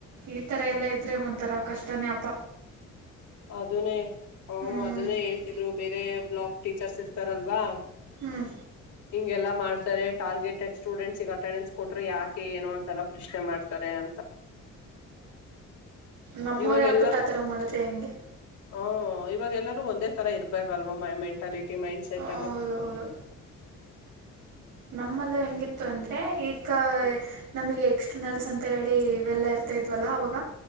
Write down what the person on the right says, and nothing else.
ಈ ತರ ಎಲ್ಲಾ ಇದ್ರೆ ಒಂಥರ ಕಷ್ಟನೇಪ
ಹ್ಞೂ
ಹ್ಮ್
ನಮ್ಮವ್ರೆ
ಬಟ್ ಆ ಥರ ಮಾಡಿದ್ರೆ ಹೆಂಗೆ
ಹೌದೌದು
ನಮ್ಮಲ್ಲಿ ಹೆಂಗಿತ್ತು ಅಂದ್ರೆ ಈಗ
ನಮಗೆ ಎಸ್ ಇಂಟರ್ನಲ್ಸ್ ಅಂತ ಹೇಳಿ ಇವೆಲ್ಲ ಇರ್ತಾ ಇದ್ವಲ್ಲ ಅವಾಗ